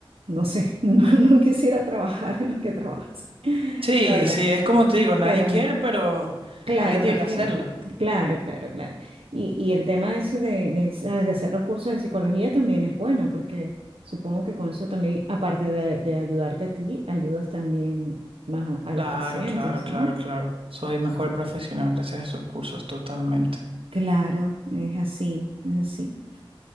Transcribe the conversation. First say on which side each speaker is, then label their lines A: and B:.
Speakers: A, on the right; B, on the right.
A: no sé, <laughs> no, no quisiera trabajar en lo que trabajas, <laughs>
B: Sí,
A: la verdad.
B: sí, es como te digo, nadie
A: Pero,
B: quiere, pero
A: claro,
B: alguien tiene
A: pero
B: que
A: es que,
B: hacerlo.
A: claro, claro, claro. Y, y el tema ese de, de, ¿sabes? De hacer los cursos de psicología también es bueno, porque supongo que con eso también, aparte de, de ayudarte a ti, ayudas también más a a
B: Claro,
A: los pacientes,
B: claro, claro,
A: ¿no?
B: claro. Soy mejor profesional gracias a esos cursos, totalmente.
A: Claro, es así, es así.